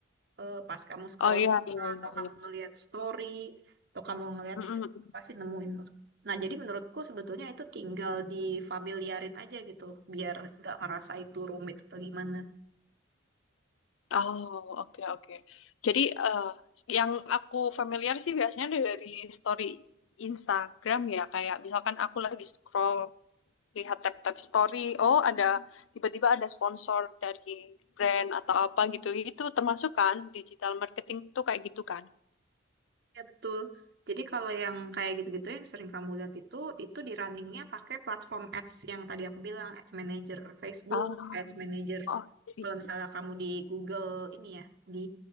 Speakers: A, on the right; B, on the left.
A: eh, pas kamu scroll
B: Oh iya iya iya
A: atau kamu
B: iya.
A: ngelihat story atau kamu ngelihat
B: Mm-mm.
A: feed, pasti nemuin loh. Nah, jadi menurutku sebetulnya itu tinggal difamiliarin aja gitu, biar nggak ngerasa itu rumit atau gimana.
B: Oh, oke, oke. Jadi, eh, yang aku familiar sih biasanya dari story Instagram ya, kayak misalkan aku lagi scroll, lihat tab-tab story, oh ada, tiba-tiba ada sponsor dari brand atau apa gitu, itu termasuk kan, digital marketing tuh kayak gitu kan?
A: Ya betul. Jadi kalau yang kayak gitu-gitu yang sering kamu lihat itu, itu di runningnya pakai platform ads yang tadi aku bilang, Ads Manager Facebook,
B: Ah,
A: Ads Manager.
B: oh, I see.
A: Kalau misalnya kamu di Google ini ya, di